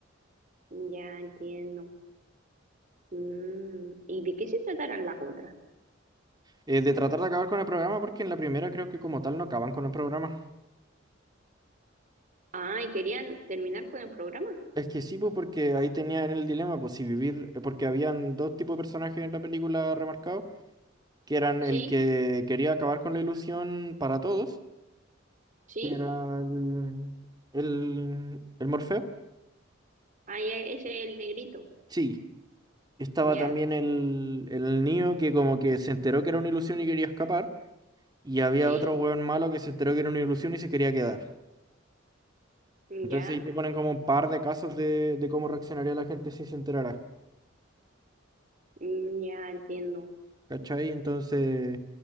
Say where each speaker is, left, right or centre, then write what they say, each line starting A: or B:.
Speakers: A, on the right; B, on the right.
A: Ya entiendo. Mm, ¿Y de qué se tratarán las otras?
B: Eh, de tratar de acabar con el programa, porque en la primera creo que como tal no acaban con el programa.
A: Ah, ¿y querían terminar con el programa?
B: Es que sí, pues porque ahí tenían el dilema, pues si vivir, eh, porque habían dos tipos de personajes en la película remarcados. que eran el
A: Sí,
B: que quería acabar con la ilusión para todos,
A: sí.
B: que era el, el, el Morfeo.
A: Ah, ya, ese es el negrito.
B: Sí, estaba
A: ¿Ya?
B: también el, el Neo que como que se enteró que era una ilusión y quería escapar, y había
A: Sí,
B: otro hueón malo que se enteró que era una ilusión y se quería quedar. Entonces
A: ya.
B: ahí te ponen como un par de casos de, de cómo reaccionaría la gente si se enterara,
A: Mm, ya entiendo.
B: ¿cachai? Entonces